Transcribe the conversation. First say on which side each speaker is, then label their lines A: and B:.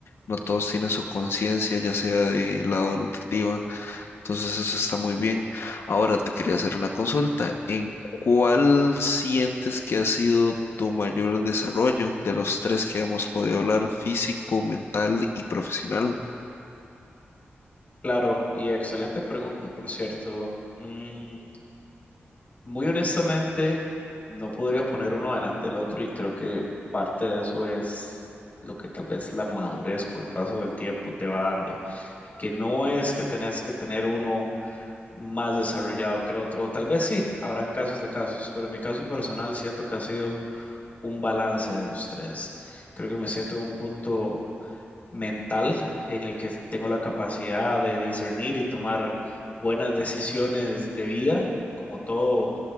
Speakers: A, on the left; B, on the left.
A: no todos tienen su conciencia, ya sea de lado nutritiva, entonces eso está muy bien. Ahora te quería hacer una consulta, ¿en cuál sientes que ha sido tu mayor desarrollo de los tres que hemos podido hablar, físico, mental y profesional?
B: Claro, y excelente pregunta, por cierto. Mm, muy honestamente, no podría poner uno delante del otro y creo que parte de eso es lo que tal vez la madurez con el paso del tiempo te va dando, que no es que tenés que tener uno más desarrollado que el otro. Tal vez sí, habrán casos de casos, pero en mi caso personal siento que ha sido un balance de los tres. Creo que me siento en un punto mental en el que tengo la capacidad de discernir y tomar buenas decisiones de vida. Como todo,